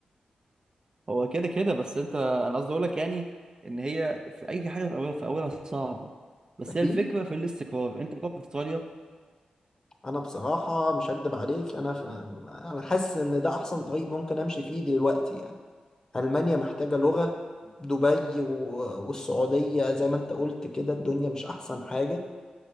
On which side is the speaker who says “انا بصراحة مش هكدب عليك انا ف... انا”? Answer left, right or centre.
Left